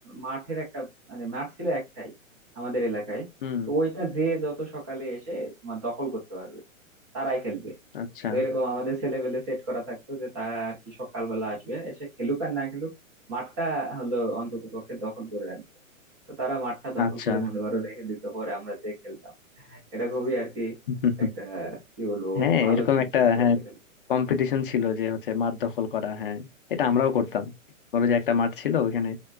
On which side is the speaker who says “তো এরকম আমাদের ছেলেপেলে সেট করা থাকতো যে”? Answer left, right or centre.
Right